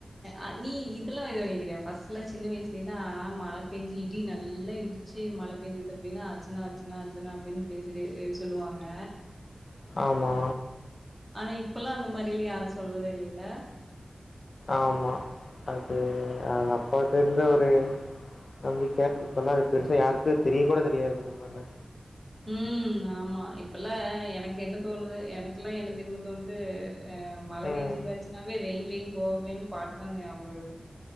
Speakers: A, in the centre; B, on the left.
A: அ நீ இதெல்லா <unintelligible> ஃபர்ஸ்ட்டுலா சின்ன வயசுலேல்லா மழ பெஞ்சு இடி நல்லா இடி ச்சு மழ பெஞ்சது அப்டின்னா அர்ச்சனா அர்ச்சனா அர்ச்சனா அப்டின்னு பேசிட்டே இது சொல்லுவாங்க
B: ஆம்மா
A: ஆனா இப்பெல்லா அந்த மாரிலா யாரு சொல்றதே இல்லேல்ல
B: ஆமா அது அது அப்பதுருந்து ஒரு நம்பிக்க இப்ப எல்லா அது பெருசா யாருக்கு தெரிய கூட தெரியாது அந்த மாரிலா
A: ம் நாமா இப்பெல்லா எனக்கு என்ன தோணுது எனக்கெல்லா என்ன தெரியுமா தோணுது அ மழ
B: ம்.
A: பேஞ்சிதா ச்சுனாவே ரெயின் ரெயின் கோஅவேன் பாட்டு தா ஞாபகருது